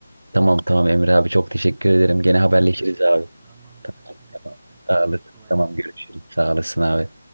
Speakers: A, on the right; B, on the right.
A: Tamam tamam Emre abi çok teşekkür ederim.
B: Tamam
A: Gene haberleşiriz
B: kardeşim,
A: abi.
B: tamamdır
A: Tamam
B: kardeşim bekliyorum.
A: tamam.
B: Hadi görüşürüz,
A: Sağ olasın.
B: kolay
A: Tamam
B: gelsin.
A: görüşürüz. Sağ olasın abi.